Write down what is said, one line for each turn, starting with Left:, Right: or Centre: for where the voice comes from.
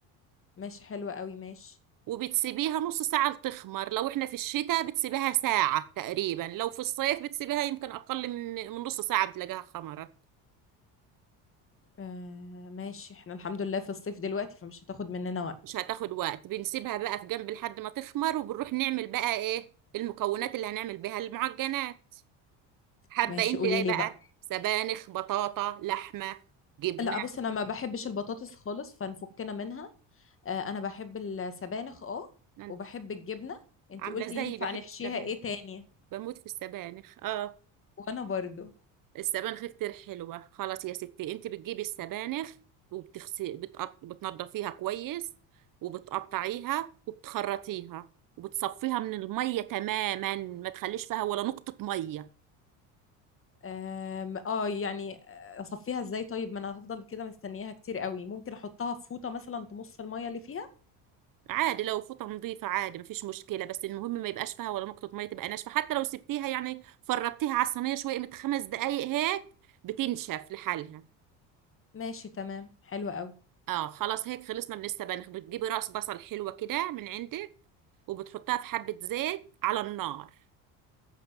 Left: ماشي حلوة قوي ماشي
Right: وبتسيبيها نص ساعة لتخمر لو احنا في الشتاء بتسيبها ساعة تقريبا لو في الصيف بتسيبها يمكن اقل من من نص ساعة بتلاقيها خمرت
Left: آه ماشي احنا الحمد لله في الصيف دلوقتي فمش هتاخد مننا وقت
Right: مش هتاخد وقت بنسيبها بقى في جنب لحد ما تخمر وبنروح نعمل بقى ايه المكونات اللي هنعمل بها المعجنات حابة
Left: ماشي
Right: انت
Left: قولي
Right: ايه
Left: لي
Right: بقى
Left: بقى
Right: سبانخ بطاطا لحمة جبنة
Left: لا بص انا ما بحبش البطاطس خالص فنفكنا منها آه انا بحب السبانخ اه
Right: أنا
Left: وبحب الجبنة انت
Right: عاملة
Left: قلتي
Right: زيي
Left: ينفع
Right: بحب
Left: نحشيها
Right: السبانخ
Left: ايه تاني
Right: بموت في السبانخ اه
Left: وانا برضو
Right: السبانخ كتير حلوة خلاص يا ستي انت بتجيبي السبانخ وبتغسي بتقط... بتنضفيها كويس وبتقطعيها وبتخرطيها وبتصفيها من المية تماما ما تخليش فيها ولا نقطة مية
Left: أم، اه يعني اصفيها ازاي طيب ما انا هفضل كده مستنياها كتير قوي ممكن احطها في فوطه مثلا تمص الميه اللي فيها
Right: عادي لو فوطة نظيفة عادي مفيش مشكلة بس المهم ما يبقاش فيها ولا نقطة مية تبقى ناشفة حتى لو سبتيها يعني فرطتيها على الصينية شوية من خمس دقايق هيك بتنشف لحالها
Left: ماشي تمام حلو قوي
Right: اه خلاص هيك خلصنا من السبانخ بتجيبي راس بصل حلوة كده من عندك وبتحطها في حبة زيت على النار